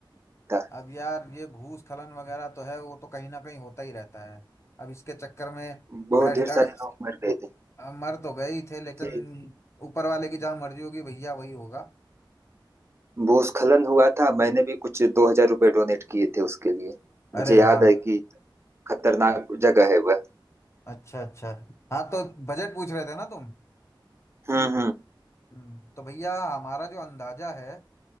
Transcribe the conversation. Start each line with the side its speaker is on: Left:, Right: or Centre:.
Right: था
Left: अब यार ये भूस्खलन वगैरह तो है वो तो कहीं ना कहीं होता ही रहता है अब इसके चक्कर में
Right: बहुत
Left: बैठ
Right: ढेर
Left: कर
Right: सारे लोग मर गए थे
Left: अ, मर तो गए ही थे लेकिन
Right: जी
Left: ऊपर वाले की जहाँ मर्जी होगी भैया वही होगा
Right: भूस्खलन हुआ था मैंने भी कुछ दो हजार रुपये डोनेट किए थे उसके लिए मुझे
Left: अरे
Right: याद
Left: वाह
Right: है कि खतरनाक जगह है वह
Left: अच्छा अच्छा हाँ तो बजट पूछ रहे थे ना तुम
Right: हम्म हम्म
Left: हम्म, तो भैया हमारा जो अंदाजा है